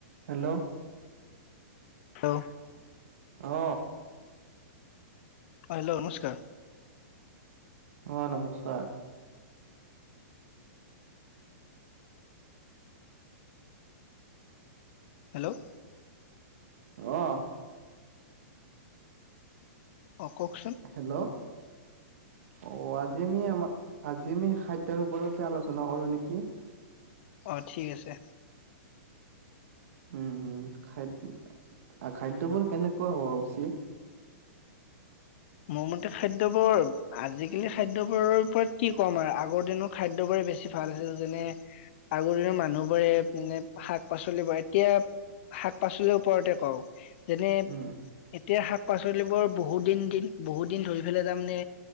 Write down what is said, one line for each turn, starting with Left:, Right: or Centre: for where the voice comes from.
Right: Hello
Left: হেল্
Right: অ
Left: অ hello নমস্কাৰ
Right: অ নমস্কাৰ
Left: হেল্ল'
Right: অ
Left: অকচন
Right: হেল্ল' অ আজি আমি আমাৰ আজি আমি খাদ্যৰ ওপৰতে আলোচনা কৰোঁ নেকি
Left: অ ঠিক আছে
Right: উম খাদ খাদ্যবোৰ কেনেকুৱা হোৱা উচিত
Left: মোৰ মতে খাদ্যবোৰ আজিকালি খাদ্যবোৰৰ ওপৰত কি কম আৰু আগৰ দিনৰ খাদ্যবোৰে বেছি ভাল আছিল যেনে আগৰ দিনৰ মানুহবোৰে মে শাক পাচলিবোৰ এতিয়া শাক পাচলিৰ ওপৰতে কওঁ যেনে
Right: উম
Left: এতিয়য়া শাক পাচলিবোৰ বহুদিন দিন বহুত দিন ধৰি পেলাই তাৰমানে